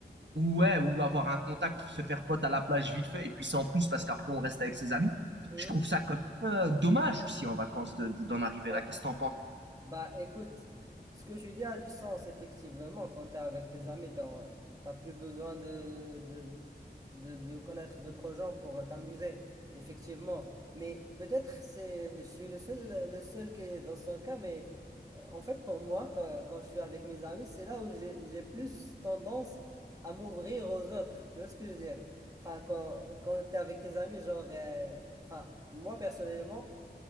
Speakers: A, on the right (about 85°); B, on the right (about 20°).
A: ou, ouais, ou avoir un contact, se faire pote à la plage vite fait, et puis c'est en plus parce qu'après on reste avec ses amis,
B: Hmm?
A: je trouve ça quand même euh, dommage aussi en vacances de- de- d'en arriver
B: Ouais.
A: là. Qu'est-ce que t'en penses?
B: Bah écoute, ce que tu dis a du sens, effectivement. Quand t'es avec tes amis, tu t'as plus besoin de, de, de, de connaître d'autres gens pour t'amuser, effectivement. Mais peut-être c'est, je suis le seul, le seul qui est dans son cas, mais euh, en fait, pour moi, quand, quand je suis avec mes amis, c'est là où j'ai, j'ai plus tendance à m'ouvrir aux autres. Tu vois ce que je veux dire? Enfin, quand, quand t'es avec tes amis, genre, euh, enfin, moi personnellement,